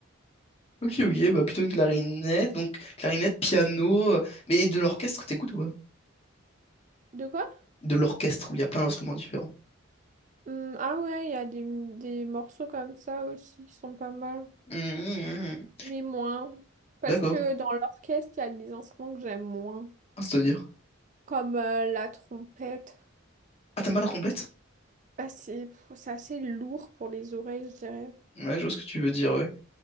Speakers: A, on the left (about 30°); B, on the right (about 35°).
A: Ok, ok, bah plutôt une clarinette, donc clarinette, piano, euh, mais de l'orchestre, t'écoutes ou pas?
B: De quoi?
A: De l'orchestre, où il y a plein d'instruments différents.
B: Hmm, ah ouais, il y a des, des morceaux comme ça aussi qui sont pas mal,
A: Hum, hum, hum, hum.
B: mais moins. Parce
A: D'accord,
B: que dans l'orchestre, il y a des instruments que j'aime moins,
A: Ah, c'est-à-dire.
B: comme euh, la trompette.
A: Ah, t'aimes pas la trompette?
B: Ah, c'est c'est assez lourd pour les oreilles, je dirais.
A: Ouais, je vois ce que tu veux dire, ouais.